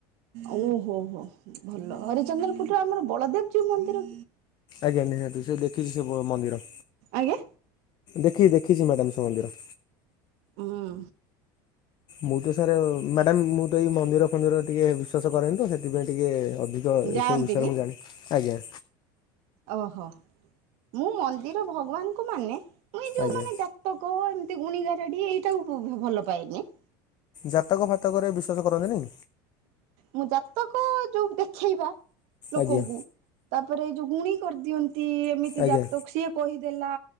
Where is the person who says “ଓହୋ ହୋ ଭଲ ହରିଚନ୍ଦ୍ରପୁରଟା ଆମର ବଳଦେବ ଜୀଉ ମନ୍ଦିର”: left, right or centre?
Right